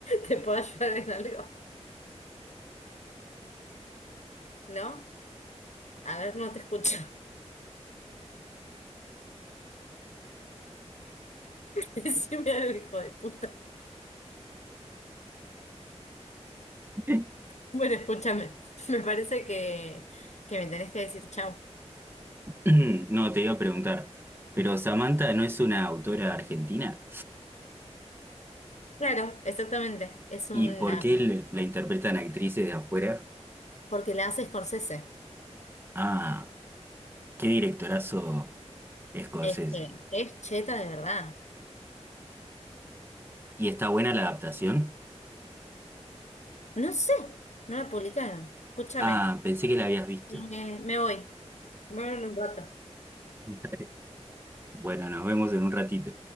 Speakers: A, on the left (about 80°); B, on the right (about 20°).
A: te puedo ayudar en algo? ¿No? A ver, no te escucho. <laughs> Decime algo, hijo de puta.
B: <clears throat>
A: Bueno, escúchame. Me parece que, que me tenés que decir chau.
B: No, te iba a preguntar. Pero Samantha no es una autora argentina.
A: Claro, exactamente. Es una...
B: ¿Y por qué
A: peli-
B: le- la interpretan actrices de afuera?
A: Porque la hace Scorsese.
B: Ah, qué directorazo Scorsese.
A: Es que es cheta de verdad.
B: ¿Y está buena la adaptación?
A: No sé, no la publicaron. Escúchame.
B: Ah, pensé que la habías visto.
A: Eh, me voy. Bueno, un rato.
B: <laughs> Bueno, nos vemos en un ratito.